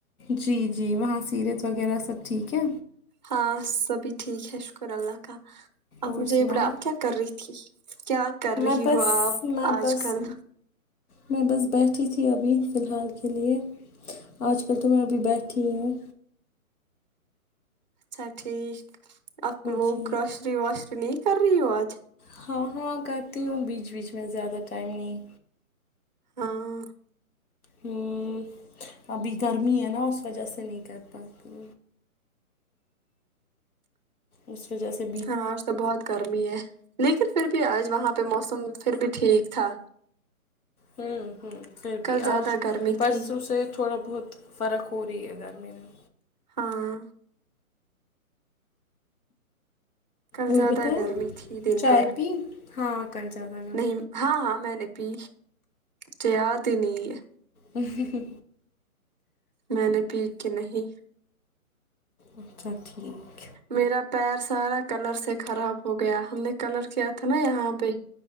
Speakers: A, on the left; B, on the right.
A: جی جی وہاں سیرت وغیرہ سب ٹھیک ہے
B: ہاں سبھی ٹھیک ہے شکر اللہ کا آپ
A: اور
B: مجھے
A: سناؤ
B: یہ بولا آپ کیا کر رہی تھی کیا کر رہی
A: میں بس
B: ہو آپ
A: میں
B: آج
A: بس
B: کل
A: میں بس بیٹھی تھی ابھی فی الحال کے لیے آج کل تو میں ابھی بیٹھی ہوں
B: اچھا ٹھیک آپ وہ
A: جی
B: کراشری واشری نہیں کر رہی ہو آج
A: ہاں ہاں کرتی ہوں بیچ بیچ میں زیادہ ٹائم نہیں
B: ہاں
A: ہوں ابھی گرمی ہے نا اس وجہ سے نہیں کر پاتی اس پہ جیسے
B: ہاں آج تو بہت گرمی ہے لیکن پھر بھی آج وہاں پہ موسم پھر بھی ٹھیک تھا
A: ہوں ہوں پھر بھی
B: کل زیادہ
A: آج
B: گرمی
A: پرسوں
B: تھی
A: سے تھوڑا بہت فرق ہو رہی ہے گرمی میں
B: ہاں کل
A: اور
B: زیادہ
A: بتایا
B: گرمی تھی دن
A: چائے
B: بھر
A: پی ہاں کل زیادہ گرم
B: نہیں ہاں ہاں میں نے پی چے یاد ہی نہیں ہے
A: ہوں ہں ہں
B: میں نے پی کے نہیں
A: اچھا ٹھیک
B: میرا پیر سارا کلر سے خراب ہو گیا ہم نے کلر کیا تھا نا یہاں پہ